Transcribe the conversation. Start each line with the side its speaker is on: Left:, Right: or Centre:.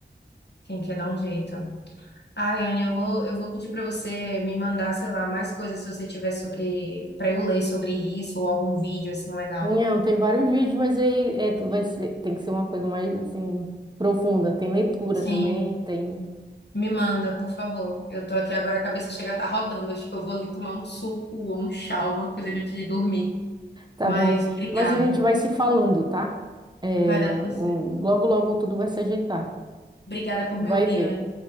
Left: Quem quer dar um jeito. Ai, Anne, eu vou, eu vou pedir para você me mandar, sei lá, mais coisas se você tiver sobre, para eu ler sobre isso ou algum vídeo assim legal.
Right: Não, tem vários vídeos, mas aí é, tu vai ser- tem que ser uma coisa mais assim profunda. Tem leitura
Left: Sim.
Right: também, tem.
Left: Me manda, por favor. Eu tô aqui agora, a cabeça chega a estar rodando. Acho que eu vou ali tomar um suco ou um chá, uma coisa ali antes de dormir.
Right: Tá
Left: Mas
Right: bom.
Left: obrigada.
Right: Mas a gente vai se falando, tá? É,
Left: Vai dar tudo
Right: um-
Left: certo.
Right: logo, logo tudo vai se ajeitar.
Left: Obrigada por
Right: Vai
Left: me ouvir,
Right: ver.
Left: Anne.